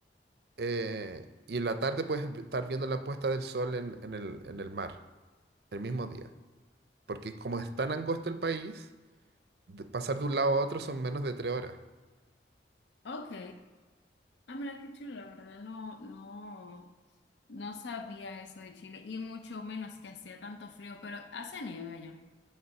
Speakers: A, on the right; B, on the left.
A: eh, y en la tarde puedes v- estar viendo la puesta del sol en, en el, en el mar, el mismo día. Porque como es tan angosto el país, de- pasar de un lado a otro son menos de tres horas.
B: Ok, ah, mira qué chulo, la verdad, no, no, no sabía eso de Chile y mucho menos que hacía tanto frío, pero hace nieve allá.